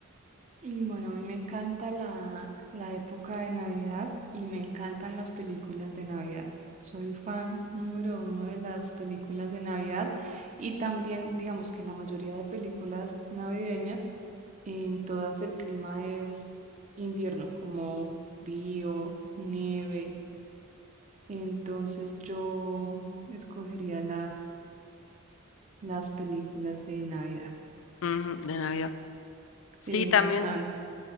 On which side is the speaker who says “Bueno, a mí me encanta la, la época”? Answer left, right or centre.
Right